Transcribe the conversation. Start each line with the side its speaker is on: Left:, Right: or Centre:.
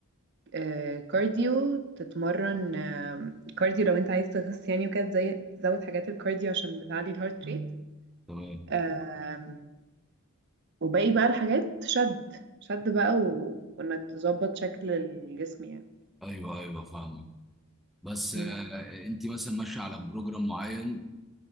Right: آه كارديو تتمرن آه كارديو لو انت عايز تخس يعني وكده زي تزود حاجات الكارديو عشان بتعلي الهارت ريت مم.
Centre: تمام
Right: آه وباقي بقى الحاجات شد شد بقى و... وانك تظبط شكل الجسم يعني
Centre: ايوه ايوه فاهمك بس
Right: مم.
Centre: آه، انت مثلا ماشية على بروجرام معين